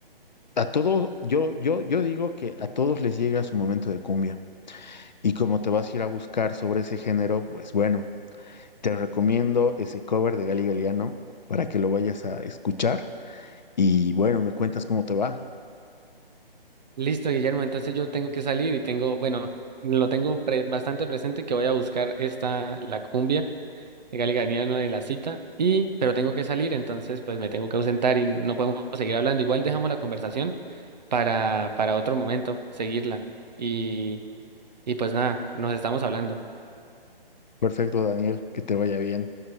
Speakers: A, on the left; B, on the right.
A: a todos, yo, yo, yo digo que a todos les llega su momento de cumbia. Y como te vas a ir a buscar sobre ese género, pues bueno. Te recomiendo ese cover de Gali Galiano para que lo vayas a escuchar y bueno, me cuentas cómo te va.
B: Listo, Guillermo. Entonces yo tengo que salir y tengo, bueno, lo tengo pre- bastante presente que voy a buscar esta, la cumbia. legal y ganiano de la cita, y, pero tengo que salir, entonces pues me tengo que ausentar y no podemos seguir hablando. Igual dejamos la conversación para, para otro momento, seguirla. Y, y pues nada, nos estamos hablando.
A: Perfecto, Daniel, que te vaya bien.